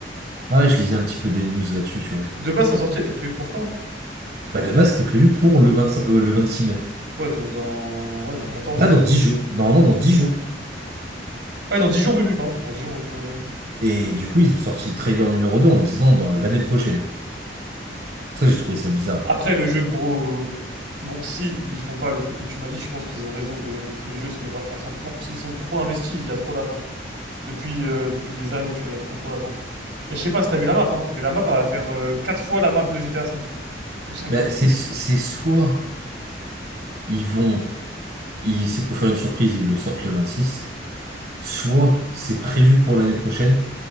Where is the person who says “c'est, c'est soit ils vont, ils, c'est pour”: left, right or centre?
Right